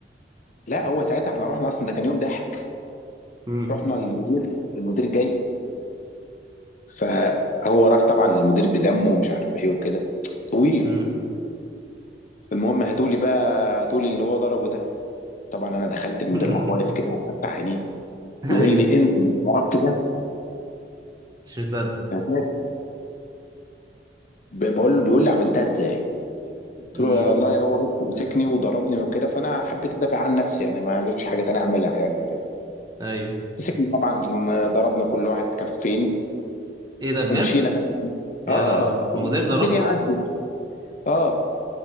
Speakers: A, on the left; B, on the right.
A: لا هو ساعتها احنا رحنا اصلا ده كان يوم ضحك
B: امم
A: رحنا للمدير المدير جاي فهو راح طبعا للمدير بدمه ومش عارف ايه وكده طويل
B: امم
A: المهم هاتولي بقى هاتولي اللي هو ضربه ده طبعا انا دخلت المدير
B: <laughs>
A: راح واقف كده وفتح عينيه
B: ايوه
A: بيقول لي انت اللي ضربت ده
B: مش مصدق
A: هتاك. ب- بقول له بيقول لي عملتها ازاي قلت
B: امم
A: له والله هو بس مسكني وضربني وكده فانا حبيت ادافع عن نفسي يعني ما فيش حاجه تانية اعملها يعني وكده
B: ايوه
A: مسكني طبعا ضربنا كل واحد كفين
B: ايه ده بجد
A: ومشينا بقى.
B: يا
A: اه
B: لهوي المدير ضربكوا
A: الدنيا عدت اه